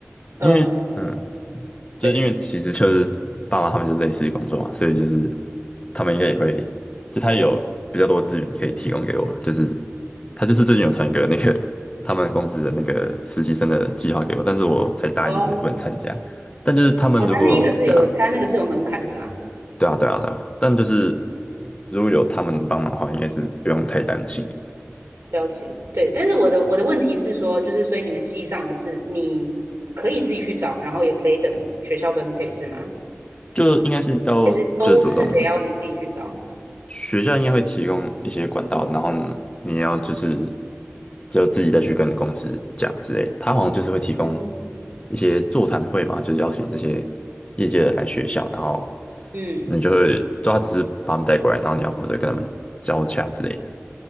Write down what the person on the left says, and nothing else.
因为嗯。就是因为其实就是爸妈他们就是类似的工作嘛，
所以就是他们应该也会，就他也有比较多资源可以提供给我了。就是他就是最近有传一个那个他们公司的那个实习生的计划给我，但是我才大一也不能参加。
但就是他们如果对啊，
对啊，对啊，对啊，但就是如果有他们帮忙的话，应该是不用太担心，
就应该是要就是主动
学校应该会提供一些管道，然后呢，你要就是就自己再去跟公司讲之类的。他好像就是会提供
一些座谈会嘛，就是邀请这些业界人来学校，然后
你就会抓他只是把他们带过来，然后你要负责跟他们交洽之类的。